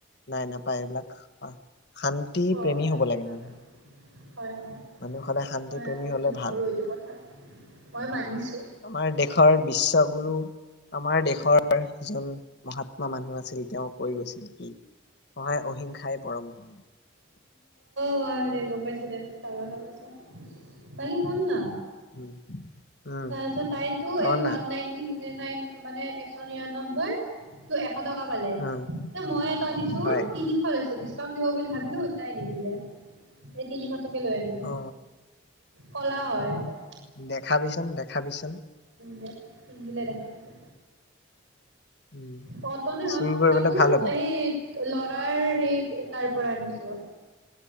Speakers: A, on the left; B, on the right.
A: নাই নাপায় এইবিলাকা শান্তি
B: অ
A: প্ৰেমী
B: হয়
A: হব
B: হয়
A: লাগে
B: নাপায়।
A: মানুহ
B: হয় হয়
A: মানুহ সদায় শান্তি
B: মই
A: প্ৰেমী
B: আপত্তি
A: হলে
B: নকৰো
A: ভাল
B: এইটো কথাত মই মানিছো।
A: আমাৰ দেশৰ বিশ্ব গুৰু আমাৰ দেশৰ এজন মহাত্মা মানুহ আছে তেওঁ কৈ গৈছিল কি অন্যায় অহিংসাই পৰম ধৰ্ম
B: কোৱা দে গম পাইছ দে কাৰ কথা কৈছ বাকী শুন না
A: উম উম
B: তাৰপিছত তাইতো
A: কৰ
B: এই ওৱান
A: না
B: নাইনটি নাইন মানে এশ নিৰান্নব্বৈ ত এশ টকা পালে
A: উম
B: মই এটা আনিছো
A: হয়
B: তিনিশলৈ ডিছকাউণ্ট দিব বুলি ভাবিলো নাই নিদিলে সেই তিনিশ টকা তোকে লৈ আনিলো
A: অ
B: কলা হয় ত
A: দেখা পিছ দেখাবিচোন
B: দে পিন্ধিলে দেখাম দে
A: উম
B: কতনে হয়
A: চুৰ কৰিবলে
B: তাকোত
A: ভাল হ'ব
B: সেই লৰাৰ সেই তাৰ পৰা আনিছো